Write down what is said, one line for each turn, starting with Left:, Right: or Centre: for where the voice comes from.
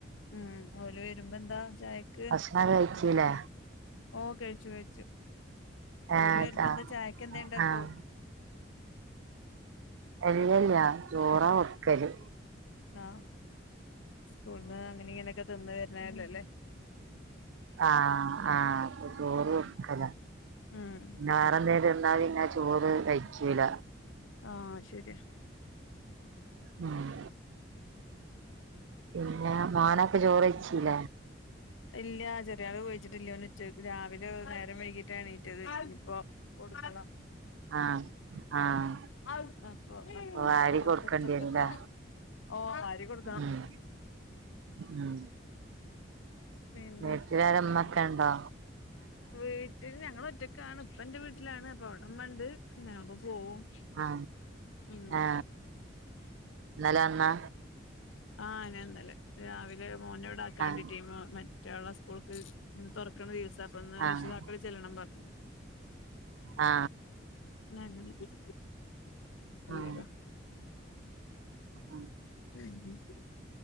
Left: ഉം ഓല് വരുമ്പോ എന്താ ചായക്ക്
Right: ഭഷ് ണം കഴിച്ചിലെ
Left: ഓ കഴിച്ചു കഴിച്ചു
Right: ഏഹ്
Left: ഓല് വെരുമ്പോന്താ
Right: ചാ
Left: ചായക്കെന്തേ ണ്ടാക്കോ
Right: ആഹ് ല്ലല്ല ചോറ കൊട്ക്കല്
Left: ആ സ്കൂള്ന്ന് അങ്ങനെ ഇങ്ങനൊക്കെ തിന്ന് വെര്ണതല്ലെല്ലേ
Right: ആ ആ ചോറ് കൊടുക്കല
Left: ഉം
Right: വേറെന്തെലും തിന്നാ പിന്നെ ചോറ് കഴിക്കൂല
Left: ആ അത് ശെരിയാ
Right: ഉം പിന്നെ മോനൊക്കെ ചോറ് ചില
Left: ഇല്ല ചെറിയാള് വിളിച്ചിട്ടില്ല ഓന്ച്ച രാവിലെ നേരം വൈകിട്ടാ എണീറ്റത് ഇനിപ്പോ കൊടുക്കണം
Right: ആഹ് ആഹ്
Left: അപ്പൊ
Right: വാരി
Left: അതോണ്ട്
Right: കൊടുക്കേണ്ടി
Left: ഉച്ചക്കത്തെ
Right: വരുംല്ലേ
Left: ഓ വാരി കൊടുക്കണം
Right: ഉം ഉം
Left: പിന്നെ
Right: വീട്ടിലാര മ്മക്കെ ണ്ടോ
Left: വീട്ടില് ഞങ്ങളൊറ്റക്കാണ് ഇപ്പ ന്റെ വീട്ട്ലാണ് അപ്പവടെ മ്മണ്ട് ഞാപ്പോ പോവും
Right: ആ
Left: ഉം
Right: ആ ഇന്നലെ വന്നാ
Left: ആ ഞാന്നലെ രാവിലെ മോനെവടാക്കാൻ വേണ്ടിട്ടെ
Right: ആഹ്
Left: മോ മറ്റ് റ്റോളെ സ്കൂൾക്ക് ഇന്ന് തൊർക്ക്‌ണ ദിവസ അപ്പൊന്ന്
Right: ആഹ്
Left: രക്ഷിതാക്കള് ചെല്ലണം പർഞ്
Right: ആ
Left: <unintelligible>
Right: ആഹ് പിന്നെ
Left: <inaudible>